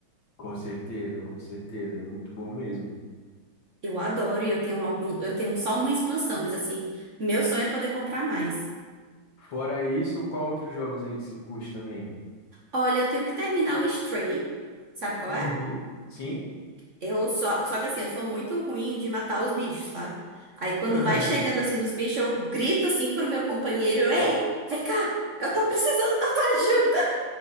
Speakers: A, on the left; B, on the right.
A: Com certeza, com certeza. É muito bom mesmo.
B: Eu adoro e eu tenho algum, eu tenho só uma expansão, mas assim, meu sonho é poder comprar mais.
A: Fora isso, qual outros jogos aí que você curte também?
B: Olha, eu tenho que terminar o Stray, sabe qual
A: Uhum.
B: é?
A: Sim.
B: Eu só, só que assim, eu sou muito ruim de matar os bichos, sabe? Aí quando
A: <laughs>
B: vai chegando assim nos bichos, eu grito assim pro meu companheiro, ei, vem cá, eu tô precisando da tua ajuda.